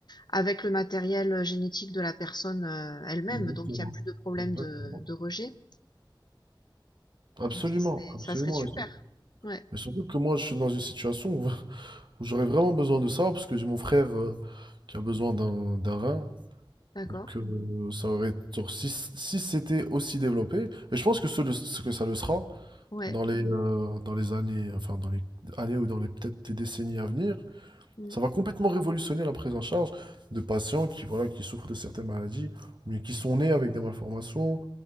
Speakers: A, on the left (about 55°); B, on the right (about 65°).
A: avec le matériel, euh, génétique de la personne, heu, elle-même,
B: Exactement.
A: donc il y a plus de problème
B: Exactement.
A: de de rejet.
B: Absolument,
A: Donc ça serait
B: absolument.
A: ça serait super.
B: Et sur-
A: Ouais,
B: et surtout que moi, je suis dans une situation où <laughs> J'aurais vraiment besoin de ça parce que j'ai mon frère euh, qui a besoin d'un d'un rein.
A: d'accord.
B: Donc euh, ça aurait genre, si, si c'était aussi développé, et je pense que ce, le- ce que ça le sera
A: Ouais.
B: dans les euh, dans les années, enfin dans les années ou dans les peut-être des décennies à venir,
A: Mm.
B: ça va complètement révolutionner la prise en charge de patients qui voilà qui souffrent de certaines maladies ou bien qui sont nés avec des malformations